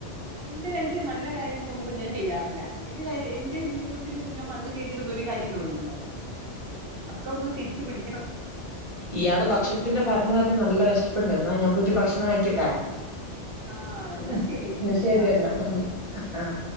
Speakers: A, on the right (about 55°); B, on the left (about 25°).
A: എന്റെ ലൈഫില് നല്ല കാര്യ ങ്ങളൊന്നും ഇപ്പം ഞാൻ ചെയ്യാറില്ല. എന്റെ കാര്യ എന്റെ ജീവിതത്തിൽ ഇപ്പം ഞാൻ പണ്ട് ചെയ്തിരുന്ന ഒരു കാര്യങ്ങളും ഇല്ല. അക്ക ഒന്ന് തിരിച്ചു പിടിക്കണം.
B: ഇയാള് ഭക്ഷണത്തിന്റെ പറഞ്ഞു പറഞ്ഞ് നല്ല വെഷപ്പ്ണ്ട്. എന്നാ ഞാൻ പോയിട്ട് ഭക്ഷണം കഴിക്കട്ടെ?
A: ആ എന്നാ
B: ഉം
A: ശരി
B: ഇന്നാ
A: പിന്നെ
B: ശരിയെന്നാ
A: കാണാം
B: ആഹ്